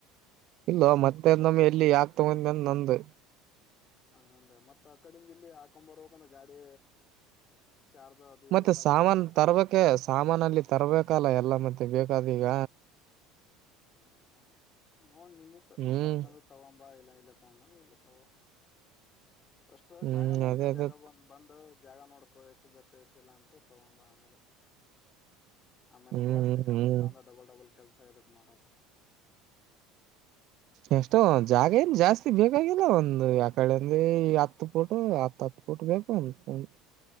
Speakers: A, on the right; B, on the left.
A: ಇಲ್ಲೋ ಮತ್ತೆ ನಮ್ಮ ಎಲ್ಲಿ ಯಾಕ ತಗೊನೆಂದ ನಂದ.
B: ಹಂಗಂದ ಮತ್ತ ಆಕಡಿಂದ ಇಲ್ಲಿ ಹಾಕೊಂಡ ಬರ್ಬೇಕಂದ್ರ ಗಾಡಿ ಚಾರ್ಜ್. ಇದು
A: ಮತ್ತ
B: ಎಲ್ಲಾ
A: ಸಾಮಾನ
B: ಬಾಳ ಆಗತ್ತಲ್ಲ
A: ತರ್ಬೇಕ ಸಾಮಾನಲ್ಲಿ ತರ್ಬೇಕಲ್ಲ ಎಲ್ಲ ಮತ್ತೆ ಬೇಕಾದ ಈಗ
B: ಹ್ಮ ನೋಡ ನಿನ್ನಷ್ಟ
A: ಹ್ಮ್
B: ತರ್ತ ತಗೊಂಬ ಇಲ್ಲ ಇಲ್ಲ ತಗೊಂಡ ಇಲ್ಲ ತಗ ಫಸ್ಟ್
A: ಹ್ಮ್
B: ಜಾಗ ನೋಡ್ಕೊ
A: ಅದೇ ಅದೇ
B: ಜಾಗ ಬ ತ ಬಂದ ಜಾಗ ನೋಡ್ಕೊ ಎಷ್ಟ ಬೇಕ ಎಷ್ಟ ಇಲ್ಲ ಅಂತ ತಗೊಂಬ ಆಮೇಲೆ. ಆಮೇಲ
A: ಹ್ಮ್
B: ಜಾಸ್ತಿ ಕಮ್ಮ
A: ಹ್ಮ್
B: ಇತ್ತಂದ ಡಬಲ್ ಡಬಲ್ ಕೆಲ್ಸ ಎದಕ ಮಾಡೋದ.
A: ಎಷ್ಟ ಜಾಗ ಏನ ಜಾಸ್ತಿ ಬೇಕಾಗಿಲ್ಲ ಒಂದು ಅಕಡೆ ಅಂದ ಹತ್ತು ಪೋಟು ಹತ್ತ ಹತ್ತ. ಪುಟ್ ಬೇಕು ಅನ್ಕೊಳ್ಳಿ.